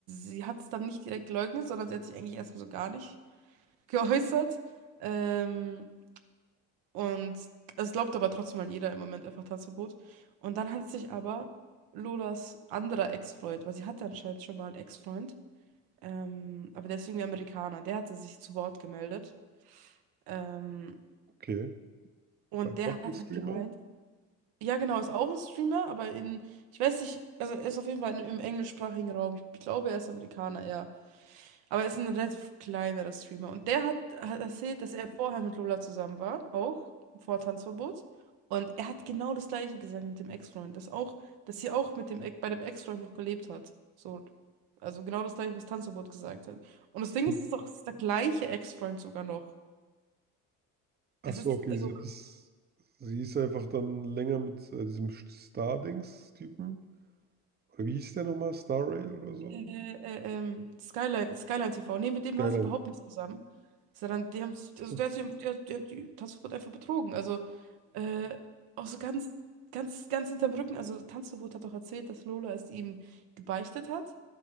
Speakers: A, on the right (about 80°); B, on the right (about 25°).
A: sie hat es dann nicht direkt geleugnet, sondern sie hat sich eigentlich erstmal so gar nicht <laughs> geäußert. Ähm, Und es glaubt aber trotzdem mal jeder im Moment einfach Tanzverbot. Und dann hat sich aber Lolas anderer Ex-Freund, weil sie hatte anscheinend schon mal einen Ex-Freund, ähm, aber der ist irgendwie Amerikaner, der hatte sich zu Wort gemeldet. Ähm,
B: Okay.
A: und
B: Bei
A: der
B: auch
A: hat
B: ein Streamer?
A: halt gemeint, ja genau, ist auch ein Streamer, aber in, ich weiß nicht, also er ist auf jeden Fall in, im englischsprachigen Raum. Ich, ich glaube, er ist Amerikaner, ja. Aber er ist ein relativ kleinerer Streamer. Und der hat, hat erzählt, dass er vorher mit Lola zusammen war, auch vor Tanzverbot. Und er hat genau das Gleiche gesagt mit dem Ex-Freund. Dass auch, dass sie auch mit dem, Ex- bei dem Ex-Freund noch gelebt hat. So, also genau das Gleiche, was Tanzverbot gesagt hat. Und das Ding
B: Mhm.
A: ist, es ist auch der gleiche Ex-Freund sogar noch.
B: Ach
A: Es
B: so,
A: ist,
B: okay,
A: also,
B: sie hat das, sie ist einfach dann länger mit äh, diesem Star-Dings-Typen. Oder wie hieß der nochmal? Star Rail oder so?
A: äh, äh, ähm, Skyline, Skyline TV. Nee, mit dem
B: Skyline.
A: war sie überhaupt nicht zusammen. Sondern die haben,
B: Ach
A: also
B: so.
A: der hat sie, der, der, der, die Tanzverbot einfach betrogen. Also, Äh, auch so ganz, ganz, ganz hinterm Rücken. Also Tanzverbot hat auch erzählt, dass Lola es ihm gebeichtet hat.